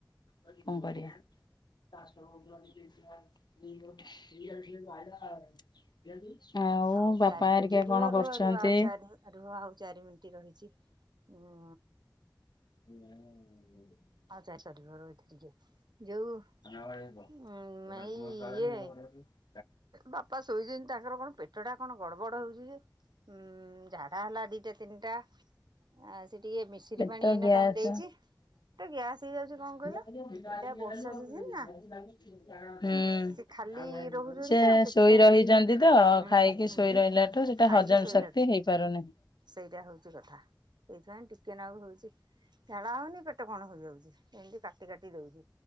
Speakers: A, on the left (about 80°); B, on the right (about 80°).
A: କଣ କରିବା। <inaudible>
B: ଆଉ
A: ବାପା
B: ଚାରି
A: ହେରିକା
B: ମିଣ୍ଟି ରୁହ
A: କଣ କରୁଛନ୍ତି?
B: ରୁହ ରୁହ ଆଉ ଚାରି ରୁହ ଆଉ ଚାରି ମି ଣ୍ଟି ରହିଛି ଉ
A: <inaudible>
B: ଆଉ ଚାର୍ସଟେ ତରୁହ ରୁହ ରହିଥା ଟିକେ ଯୋଉ।
A: <unintelligible>
B: ଉଁ
A: <inaudible>
B: ଏଇ ଇଏ ବାପା ଶୋଇଚନ୍ତି ତାଙ୍କର କଣ ପେଟ ଟା କଣ ଗଡବଡ ହଉଚି ଯେ ଉଁ ଝାଡା ହେଲା ଦିଟା ତିନଟା ଆଜି ଟିକେ ମିଶିରି
A: ପେଟ
B: ପାଣି ଏଇନା
A: ଗ୍ୟାସ
B: ତାଙ୍କୁ ଦେଇଚି ତ ଗ୍ୟାସ୍ ହେଇଯାଉଚି କଣ କହିଲ
A: ହୁଁ। <unintelligible>
B: ଏଇଟା ବର୍ଷା ସିଜିନ ନା ସେ ଖାଲି ରହୁଛନ୍ତି ତ ସେଥିପାଇଁ
A: ଶୋଇ ରହିଚନ୍ତି
B: ଟିକେ
A: ତ
B: ହୁଁ
A: ଖାଇକି
B: ହୁଁ
A: ଶୋଇ ରହିଲାଠୁ ସେଟା
B: ଖାଇକି
A: ହଜମ
B: ଶୋଇଲାଠୁ
A: ଶକ୍ତି ହେଇପାରୁନି।
B: ସେଇଟା ହଉଚି କଥା <unintelligible> ଟିକେ ନାଗୁ ହଉଚି। ଝାଡା ହଉନି ପେଟ କଣ ହେଇଯାଉଚି ଏମିତି କାଟି-କାଟି ଦଉଚି।